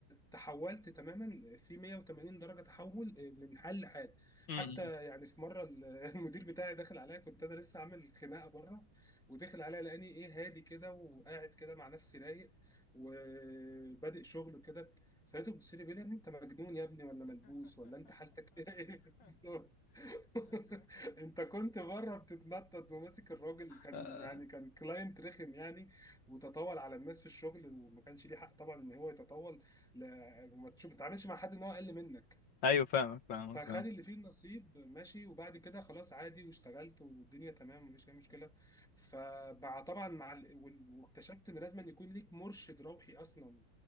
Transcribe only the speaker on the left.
مم.
<laughs>
ايوه فاهمك فاهمك
فاهم